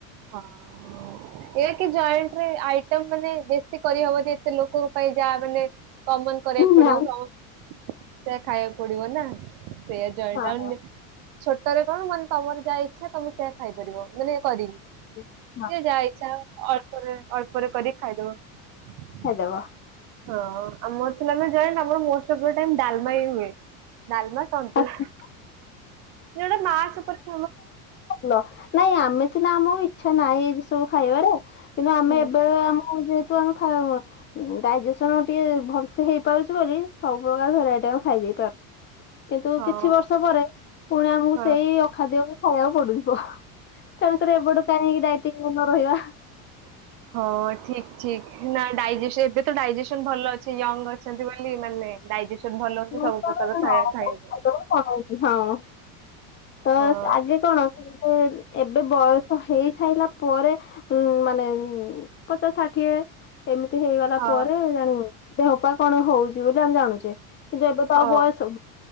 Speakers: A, on the right (about 55°); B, on the left (about 25°).
A: ହଁ। ଏକ ଜଏଣ୍ଟରେ ଆଇଟମ୍ ମାନେ ବେଶୀ କରିହବନି ଏତେ ଲୋକଙ୍କ ପାଇଁ ଯାହା ମାନେ କମନ୍ କରିବାକୁ ପଡିବ
B: ନା
A: ସମ ସେଇ ଖାଇବାକୁ ପଡିବ ନା ସେଇଆ
B: ହଁ
A: ଜଏଣ୍ଟରେ ଆଉ ଛୋଟରେ କଣ ମାନେ ତମର ଯାହା ଇଚ୍ଛା ତମେ ସେଆ ଖାଇପାରିବ ମାନେଏ କରି।
B: ହୁଁ।
A: ଯିଏ ଯାହା ଇଛା ଅଳ୍ପରେ ଅଳ୍ପରେ କରିକି ଖାଇଦବ।
B: ହେଦବା <unintelligible>
A: ହଁ ଆମର ଥିଲା ନାଁ ଆମର joint most of the time ଡାଲମା ହି ହୁଏ। ଡାଲମା ସନ୍ତୁଳା।
B: ଆସ-
A: ଦିଟା ମାସ୍ ଉପରେ କହୁନ?
B: ଲ ନାଇଁ ଆମେ ସିନା ଆମର ଇଚ୍ଛା ନାହିଁ ଏଇ ସବୁ ଖାଇବାର। କିନ୍ତୁ ଆମେ
A: ହଁ
B: ଏବେ ଆମ ତ ଆମେ <unintelligible> ଡାଇଯେସନ ଟିକେ ଭଲସେ ହେଇପାରୁଛୁ ବୋଲି। ସବୁ ପ୍ରକାର ଭେରାଇଟି ଆମେ ଖାଇଦେଇପାରୁ। କିନ୍ତୁ
A: ହଁ
B: କିଛି ବର୍ଷ ପରେ ପୁଣି ଆମକୁ
A: ହଁ
B: ସେଇ ଅଖାଦ୍ୟକୁ ଖାଇବାକୁ ପଡୁ ପୁ ତେଣୁକର ଏବେଡୁ କାହିଁକିାଇ ନ ରହିବା <unintelligible>
A: ହ <inaudible> ହଁ ଠିକ୍ ଠିକ୍ ନା ଡାଇଜେସ ଏବେ ତ ଡାଇଜେସନ ଭଲ ଅଛି ୟଙ୍ଗ ଅଛନ୍ତି ବୋଲି ମାନେ
B: ହଁ
A: ଡାଇଜେସନ ଭଲ ଅଛି ସବୁ ପ୍ରକାର ଖାଇବା ଖାଇବେ
B: <unintelligible> ତ
A: ହଁ
B: ଆଗେ କଣ ଏବେ ବୟସ ହେଇ ସାରିଲା ପରେ ଉ ମାନେ ପଚାଷ ସାଠିଏ ଏମିତି ହେଇଗଲା
A: ହଁ
B: ପରେ ଜାଣିବ ଦେହପାଅ କଣ ହଉଛି ବୋଲି ଆମେ ଜାଣୁଛେ। କିନ୍ତୁ ଏବେ ତ
A: ହଁ
B: ଆଉ ବୟସ